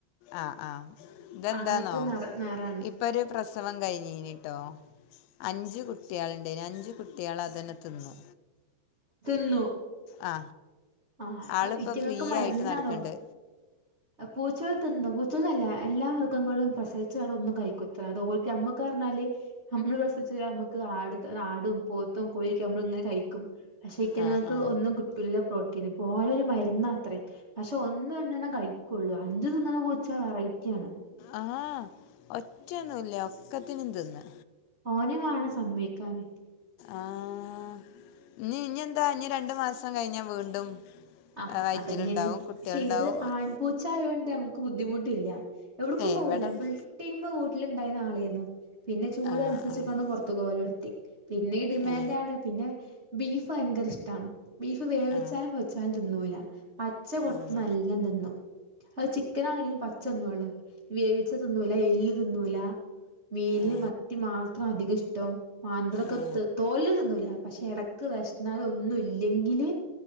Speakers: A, on the left; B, on the right.
A: ആ ആ ഇതെന്താന്നോ
B: അങ്ങനത്തെ നിറ നിറാണ്
A: ഇപ്പൊ ഒരു പ്രസവം കഴിഞ്ഞീനി ട്ടോ അഞ്ച് കുട്ട്യാളുണ്ടയ്ന് അഞ്ച് കുട്ട്യാളെ അതന്നെ തിന്നു
B: തിന്നു
A: ആ
B: ആഹ്
A: ആളിപ്പോൾ
B: ഇറ്റിങ്ങൾക്ക്
A: ഫ്രീ
B: മരുന്നാലോ
A: ആയിട്ട് നടക്കുന്നുണ്ട്
B: പൂച്ചോൾ തിനു പൂച്ചേൾന്നല്ല എല്ലാ മൃഗങ്ങളും പ്രസവിച്ചടെ ഒന്നു കയികുത്ര അതോൽക് നമ്മക്കറഞ്ഞാല് നമ്മള് പ്രസവിച്ചാ നമുക്ക് ആടും ആടും പോത്തും കോഴൊക്കെ നമ്മള ഇങ്ങനെ കഴിക്കും പക്ഷൈറ്റങ്ങൾക്ക്
A: ആ ആ
B: ഒന്നും കിട്ടുല്ലൊ <unintelligible> പോലൊരു മരുന്നാത്രേ പക്ഷെ ഒന്ന് കണ്ടെണ്ണം കഴിക്കുള്ളു അഞ്ചു തിന്നണ പൂച്ച വെറൈറ്റി ആണ്
A: ആഹ് ഒറ്റന്നുല്ല ഒക്കത്തിനും തിന്ന്
B: ഓനെ വേണം സമ്മതി ക്കാന്
A: ആഹ് ഇനി ഇനി എന്താ ഇനി രണ്ട് മാസം കഴിഞ്ഞാൽ വീണ്ടും
B: ആഹ്
A: വയറ്റിലുണ്ടാവും
B: അതന്നെയാണ്
A: കുട്ടികളുണ്ടാവും
B: പക്ഷേ ഇത് ആൺപൂച്ച ആയൊണ്ട് നമുക്ക് ബു ദ്ധിമുട്ടില്ല എവിടക്കും
A: ഏ
B: പോവില്ല
A: ഇവിടെ ഉണ്ട്
B: ഫുൾ ടൈം വീട്ടിലുണ്ടായിരുന്ന ആളെയ്ന്നു പിന്നെ ചൂട്
A: ആ
B: അനുസരിച്ച
A: ആ
B: കൊ ഒന്ന് പൊറത്ത്ക്പോവലൊ <unintelligible> പിനയും ഡിമാന്റാണ്
A: ഏ
B: പിന്നെ ബീഫ് ഭയങ്കര ഇഷ്ടാണ് ബീഫ് വേവിച്ചാലും
A: ആ
B: ച്ച തിന്നൂല്ല പച്ച കൊടുത്ത്
A: ഉം.
B: എല്ലാം തിന്നു അത് ചിക്കനാണെങ്കും പച്ച തിന്നോളും വേവിച്ച തിന്നൂല എല്ല് തിന്നൂല മീൻല്
A: ഏ
B: മത്തി മാത്രം അധികം ഇഷ്ടം മാന്തളൊക്കെ
A: ഏ
B: ത് തോല് ത്‌ന്നൂലാ പഷെ എടക്ക് വെശ്ന്നാല് ഒന്നും ഇല്ലെങ്കില്